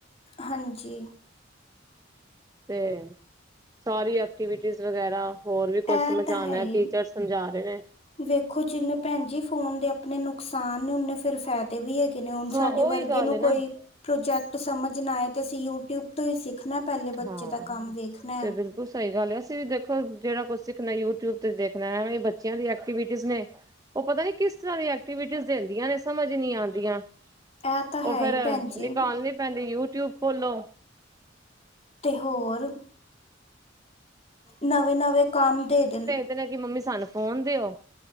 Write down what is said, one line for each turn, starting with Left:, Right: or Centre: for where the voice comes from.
Left: ਹਾਂਜੀ।
Right: ਤੇ ਸਾਰੀ ਐਕਟੀਵਿਟੀ ਵਗੈਰਾ ਹੋਰ ਵੀ ਕੁਛ
Left: ਇਹ
Right: ਸਮਝਾਣਾ
Left: ਤਾਂ ਹੈ ਹੀ
Right: ਟੀਚਰਸ ਸਮਝਾ ਰਹੇ ਨੇ।
Left: ਵੇਖੋ ਜਿੰਨੇ ਭੈਣ ਜੀ ਫੋਨ ਦੇ ਆਪਣੇ ਨੁਕਸਾਨ ਨੇ ਓਨੇ ਫੇਰ ਫਾਇ ਵੀ ਹੈਗੇ ਨੇ ਹੁਣ
Right: ਹਾਂ
Left: ਸਾਡੇ
Right: ਉਹੀ
Left: ਵਰਗੇ
Right: ਗੱਲ
Left: ਨੂੰ
Right: ਏ
Left: ਕੋਈ
Right: ਨਾ
Left: ਪ੍ਰੋਜੈਕਟ ਸਮਝ ਨਾ ਆਏ ਤੇ ਅਸੀਂ ਯੂਟਿਊਬ ਤੋਂ ਹੀ ਸਿੱਖਣਾ ਪਲੇ ਬੱਚੇ
Right: ਹਾਂ
Left: ਦਾ ਕੰਮ ਵੇਖਣਾ
Right: ਤੇ
Left: ਹੈ।
Right: ਬਿਲਕੁਲ ਸਹੀ ਗੱਲ ਐ ਅਸੀਂ ਵੀ ਦੇਖੋ ਜਿਹੜਾ ਕੁਛ ਸਿੱਖਣਾ ਯੂਟਿਊਬ ਤੇ ਦੇਖਣਾ ਐਵੇਂ ਹੀ ਬੱਚਿਆਂ ਦੀ ਐਕਟੀਵਿਟੀਸ ਨੇ। ਉ ਪਤਾ ਨੀ ਕਿਸ ਤਰਾਂ ਦੀ ਐਕਟੀਵਿਟੀਸ ਦਿੰਦੀਆਂ ਨੇ ਸਮਝ ਹੈ ਨਹੀਂ ਆਉਂਦੀਆਂ।
Left: ਇਹ ਤਾਂ ਹੈ
Right: ਉ ਫੇਰ
Left: ਹੀ ਭੈਣ ਜੀ
Right: ਨਿਕਾਲਨੀ ਪੈਂਦੀ ਯੂਟਿਊਬ ਖੋਲੋ।
Left: ਤੇ ਹੋਰ, ਨਵੇਂ- ਨਵੇਂ ਕੰਮ ਦੇ ਦੇਣ
Right: ਕੈਨੇ ਕਿ ਮੰਮੀ ਸਾਨੂੰ ਫੋਨ ਦਿਓ।